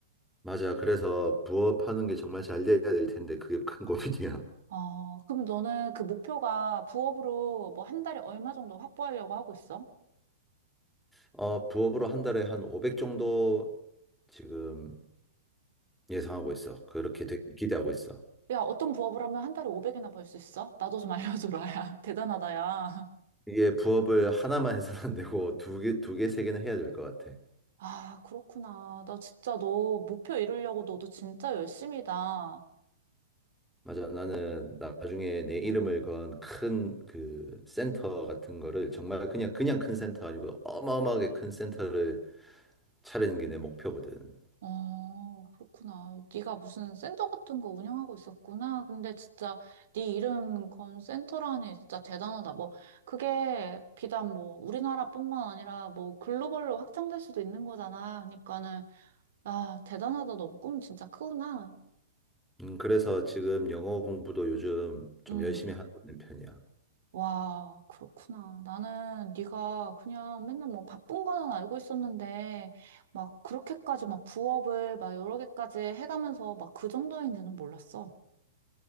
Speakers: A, in the centre; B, on the right.
A: 맞아. 그래서 부업하는 게 정말 잘 돼야 될 텐데 그게 큰 고민이야.
B: 어, 그럼 너는 그 목표가 부업으로 뭐 한 달에 얼마 정도 확보하려고 하고 있어?
A: 어, 부업으로 한 달에 한 500 정도 지금 예상하고 있어. 그렇게 되게 기대하고 있어.
B: 야, 어떤 부업을 하면 한 달에 500이나 벌 수 있어? 나도 좀 알려줘라, 야. <laughs> 대단하다, 야.
A: 이게 부업을 하나만 해서는 안 되고 두 개, 두 개, 세 개는 해야 될 것 같아.
B: 아, 그렇구나. 나 진짜 너 목표 이루려고 너도 진짜 열심이다.
A: 맞아. 나는 나중에 내 이름을 건 큰 그 센터 같은 거를 정말 그냥 그냥 큰 센터 아니고 어마어마하게 큰 센터를 차리는 게 내 목표거든.
B: 어, 그렇구나. 네가 무슨 센터 같은 거 운영하고 있었구나. 근데 진짜 네 이름 건 센터라니 진짜 대단하다. 뭐 그게 비단 뭐 우리나라뿐만 아니라 뭐 글로벌로 확장될 수도 있는 거잖아. 그러니까는 아, 대단하다. 너 꿈 진짜 크구나.
A: 음, 그래서 지금 영어 공부도 요즘 좀
B: 음.
A: 열심히 하고 있는 편이야.
B: 와, 그렇구나. 나는 네가 그냥 맨날 뭐 바쁜 거는 알고 있었는데 막 그렇게까지 막 부업을 막 여러 개까지 해가면서 막 그 정도인지는 몰랐어.